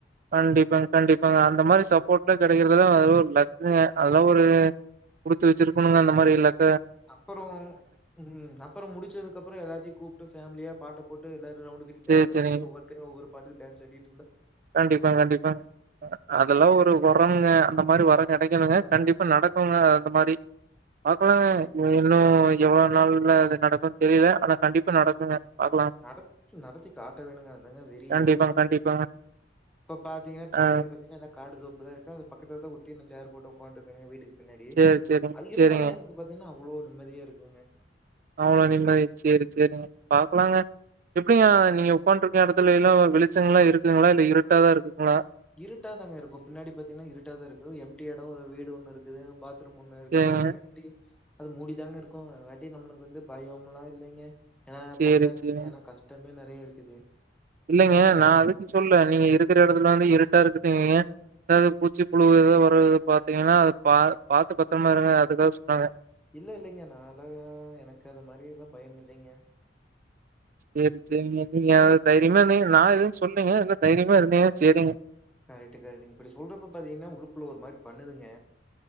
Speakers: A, on the right (about 50°); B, in the centre.
A: கண்டிப்பாங் கண்டிப்பாங்க அந்த மாரி சப்போர்ட்லா கெடைக்கிற இதுதா ஒரு லக்குங்க அதெல்லா ஒரு குடுத்து வெச்சிருக்கணுங்க அந்த மாரி லக்
B: அப்புறோம் உஹம் அப்புறோ முடிச்சதுக்கு அப்புறோ எல்லாத்தையு கூப்டு ஃபேமிலியா பாட்ட போட் டு லெப் ரவுண்டு கட்டி
A: சேரி,
B: டான்ஸ்
A: சேரிங்க.
B: ஆடிட்டு ஒவ்வொருத்தவங்க ஒவ்வெரு பாட்டுக்கு டான்ஸ் ஆடிட்டிருந்தா
A: கண்டிப்பா கண்டிப்பா அதெல்லா ஒரு வரம்ங்க அந்த மாரி வரோ கெடைக்கனுங்க கண்டிப்பா நடக்குங்க அந்த மாரி பாங்களாங்க
B: ஆமாங்க.
A: இனி இன்னு எவ்ளோ நாள்ல அது நடக்குன்னு தெரியல ஆனா கண்டிப்பா நடக்குங்க பாக்கலாம்.
B: நடத் நடத்தி காட்ட வேணுங்க அதாங்க வெறி
A: கண்டிப்பாங்க,
B: யோச்சிட்டு இருக்கேணுங்க
A: கண்டிப்பாங்க.
B: இப்போ பாத்தீங்கன்னா பின்னாடி
A: ஆ
B: பாத்தீங்கன்னா எல்ல காடு தோப்புதா இருக்கு அது பக்கத்துல தா ஒட்டியிருக் சேர் போட்டு உக்காண்டு இருக்கேங்க வீட்டுக்கு பின்னாடியே
A: சரி, சரிங்க,
B: அது இருந்தாலும்
A: சரிங்க.
B: எனக்கு பாத்தீங்கன்னா இவ்ளோ நிம்மதியா இருக்குங்க
A: அவ்ளோ நிம்மதி செர் செரிங்க பாக்கலாங்க எப்டிங்கா நீங்க உக்காண்டிருக்க எடத்துல எல்லா வெளிச்சங்கள்லா இருக்குங்களா இல்ல இருட்டாதா இருக்குங்களா
B: இருட்டா தாங்க இருக்கும் பின்னாடி பாத்தீங்கன்னா இருட்டா இருக்கு எம்டி எடோ ஒரு வீடு ஒன்னு இருக்குது பாத் த்ரூமு ஒன்னு இருக்குது
A: சரிங்க.
B: ஆனா எட்டி அது மூடிதாங்க இருக்கோ அதாட்டி நம்மளுக்கு வந்து பயோம்லா இல்லிங்க ஏன்னா
A: சரி,
B: பட்டாத்து
A: சரிங்க.
B: என்னா கஷ்டம் மேல் நெறைய இருக்குது
A: இல்லைங்க நா அதுக்கு சொல்ல நீங்க இருக்குற
B: ம்.
A: எடத்துல வந்து இருட் ட்டா இருக்குதீங்கிங்க அதாது பூச்சி புழுவு ஏதாவு வரு பாத்தீங்கன்னா அது பா பாத்து பத்தரமா இருங்க அதுக்காக சொன்னாங்க
B: இல்ல இல்லலைங்க நானு‌ அ எனக்கு அது மாதிரி எல்லா பயோ இல்லைங்க
A: சேர் சேரிங்க நீங்க அது தைரியமா இருந்தீங்க நா எதுவு சொல்லீங்க இல்ல தைரியமா இருந்தீங்க சேரிங்க
B: கரேக்ட் கரேக்ட் இப்டி சொல்றப்ப பாத்தீங்கன்னா உள்ளுக்குள்ள ஒரு மாரி பண்ணுதுங்க